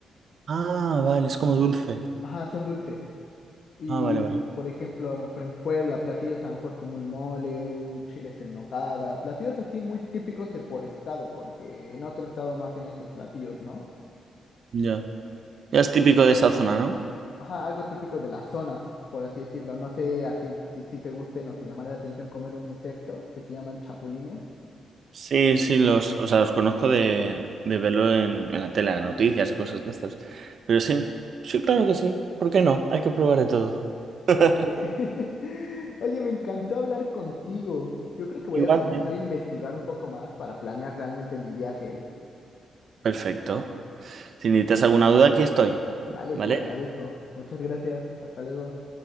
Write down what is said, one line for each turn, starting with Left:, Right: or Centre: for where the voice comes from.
Right: Ah, vale, es como dulce.
Left: Ajá, son dulces. Y,
Right: Ah, vale, vale.
Left: por ejemplo, a lo mejor en Puebla, platillos a lo mejor como un mole, un chiles en nogada, platillos así muy típicos de por estado, porque en otro estado no hacen esos platillos, ¿no?
Right: Ya. Ya es típico de esa zona, ¿no?
Left: Ajá, algo típico de las zonas, por así decirlo. No sé así ti- si te gusten o te llamará la atención comer un insecto que se llaman chapulines.
Right: Sí, sí, los, o sea, los conozco de, de verlo en, en la tele, en las noticias y cosas de estas. Pero sí, sí, claro que sí. ¿Por qué no? Hay que probar de todo.
Left: Claro
Right: <laughs>
Left: que sí. <laughs> Oye, me encantó hablar contigo. Yo creo que voy
Right: Igual,
Left: a comenzar
Right: ¿eh?
Left: a investigar un poco más para planear realmente mi viaje.
Right: Perfecto. Si necesitas alguna duda, aquí estoy.
Left: Vale,
Right: ¿Vale?
Left: te lo agradezco. Muchas gracias. Hasta luego.